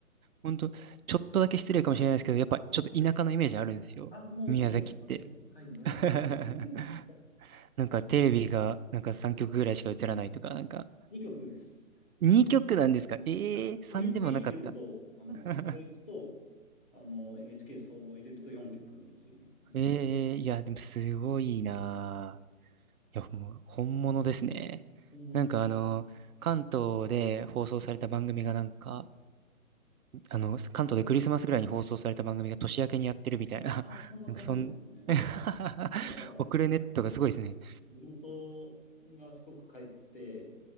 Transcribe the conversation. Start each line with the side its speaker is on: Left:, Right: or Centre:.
Right: ほんと、ちょっとだけ失礼かもしれないですけど、やっぱちょっと田舎のイメージあるんですよ。
Left: あ、もうど田舎です。
Right: 宮崎って。
Left: はい、ど田舎。
Right: <laughs>
Left: <laughs>
Right: なんかテレビが、なんか3曲ぐらいしか映らないとか、なんか、
Left: 2曲です。
Right: 2曲なんですかええー、
Left: あ
Right: 3でもなかった。
Left: NHK 入れると、あの、
Right: <laughs>
Left: 教育と、あの、NHK 総合入れると4曲移りますね。
Right: ええー、いや、でもすごいなぁ。いや、もう本物ですね。
Left: 本物の、
Right: なんかあの、関東で放送された番組がなんか、あの、関東でクリスマスぐらいに放送された番組が年明けにやってるみたいな、
Left: あ、そんな感じですね。
Right: <laughs> なんかそん、<laughs>
Left: だから、
Right: 遅れネットがすごいですね。
Left: 地元が四国帰って、